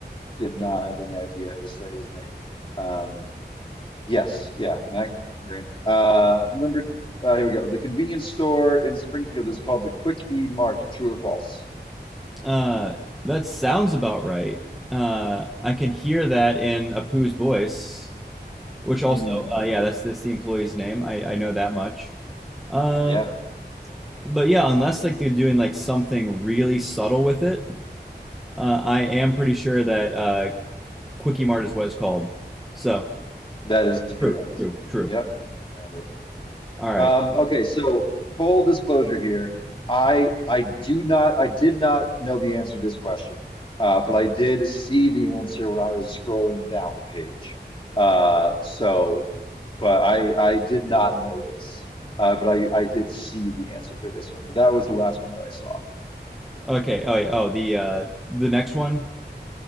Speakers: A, on the left; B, in the centre.
A: did not have any idea how to say his name. Um, Yes, yeah, Matt Groening. Uh, number, uh, here we go. The convenience store in Springfield is called the Quick E Mart. True or false?
B: Uh, that sounds about right. Uh, I can hear that in Apu's voice, which also,
A: Mm,
B: uh, yeah, that's that's the employee's name. I, I know that much. Um,
A: yeah,
B: but yeah, unless like they're doing like something really subtle with it, Uh, I am pretty sure that uh, Quickie Mart is what it's called. So
A: that is
B: true,
A: correct.
B: true, true.
A: Yep, nailed it.
B: All right.
A: Um, okay, so full disclosure here, I I do not I did not know the answer to this question, uh, but I did see the answer when I was scrolling down the page. Uh, so, but I I did not know this, uh, but I I did see the answer for this one. But that was the last one that I saw.
B: Okay. Oh, yeah. oh, the uh, the next one.